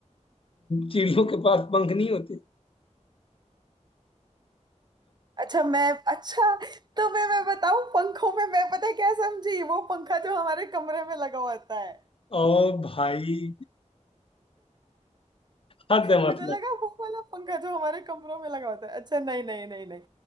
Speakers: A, on the left (about 45°); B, on the right (about 35°).
A: चिड़ियों के पास पंख नहीं होते
B: अच्छा मैं अच्छा तुम्हें मैं बताऊं पंखों में मैं पता है क्या समझी वो पंखा जो हमारे कमरे में लगा हुआ होता है
A: ओ भाई हद है
B: मुझे
A: मतलब
B: लगा वो वाला पंखा जो हमारे कमरों में लगा होता है अच्छा नहीं नहीं नहीं नहीं